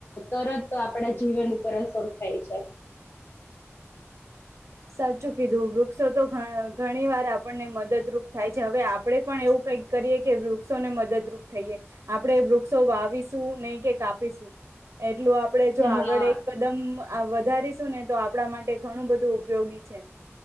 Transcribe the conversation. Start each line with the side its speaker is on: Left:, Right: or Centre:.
Left: તરત આપડા જીવન ઉપર અસર થાય છે.
Right: સાચું કીધું વૃક્ષો, તો ઘણી વાર આપણને મદદરૂપ થાય છે, હવે આપણેે પણ એવું કઈક કરીએ કે વૃક્ષોને, મદદરૂપ થઈએ, આપણેે વૃક્ષો વાવીસ શું નહી, કે કાપીશું એટલું આપણે, જો આગળ
Left: હા
Right: એક કદમ વધારીશું ને તો આપણા માટે ઘણું, બધું ઉપયોગી છે.